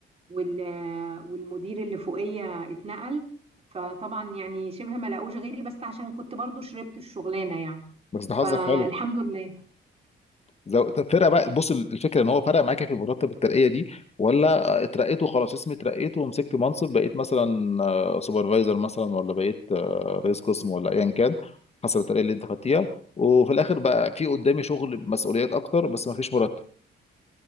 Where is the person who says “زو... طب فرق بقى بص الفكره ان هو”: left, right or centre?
Left